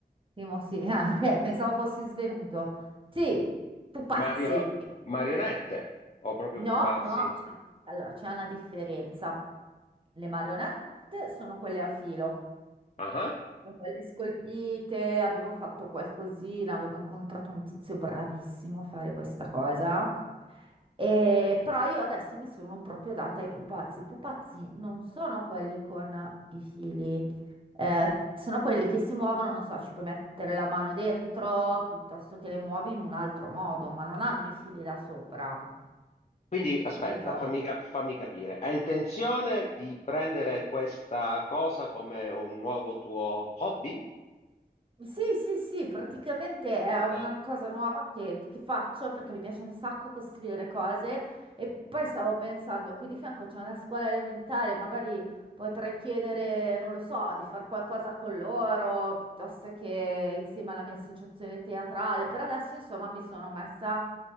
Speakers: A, on the right; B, on the left.
A: Timo, sì, <laughs> ah, ok, pensavo fossi svenuto. Sì, pupazzi.
B: Mario... Marionette. O proprio
A: No,
B: pupazzi.
A: no, c'è- allora c'è una differenza. Le marionette sono quelle a filo.
B: Ah. ah.
A: con le scolpite, avevo fatto qualcosina, avevo incontrato un tizio bravissimo a fare questa cosa. E, però io adesso mi sono proprio data ai pupazzi. I pupazzi non sono quelli con i fili, eh, sono quelli che si muovono, non so, ci puoi mettere la mano dentro piuttosto che le muovi in un altro modo, ma non hanno i fili da sopra,
B: Quindi, aspetta,
A: capito?
B: fammi, ca- fammi capire. Hai intenzione di prendere questa cosa come un nuovo tuo hobby?
A: Sì, sì, sì, praticamente è una
B: Ah.
A: cosa nuova che, che faccio perché mi piace un sacco costruire cose e poi stavo pensando, qui di fianco c'è una scuola elementare, magari potrei chiedere, non lo so, di fare qualcosa con loro, piuttosto che insieme alla mia associazione teatrale. Per adesso, insomma, mi sono messa